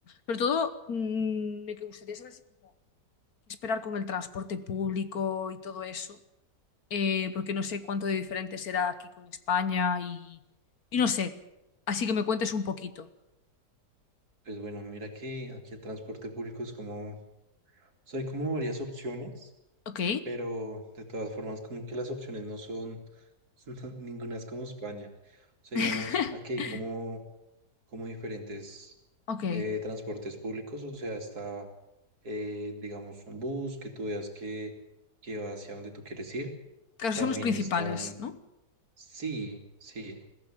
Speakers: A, on the left; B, on the right.
A: sobre todo mm, me gustaría saber si como, qué esperar con el transporte público y todo eso eh, porque no sé cuánto de diferente será aquí con España y, y no sé. Así que me cuentes un poquito.
B: Pues bueno, mira que aquí el transporte público es como, o sea, hay como varias opciones,
A: Ok,
B: pero de todas formas como que las opciones no son, <laughs> ninguna es como España. O sea, digamos,
A: <laughs>
B: aquí hay como como diferentes
A: ok.
B: eh, transportes públicos, o sea, está, eh, digamos, un bus que tú veas que, lleva hacia donde tú quieres ir.
A: Claro,
B: También
A: son los principales,
B: están,
A: ¿no?
B: sí, sí,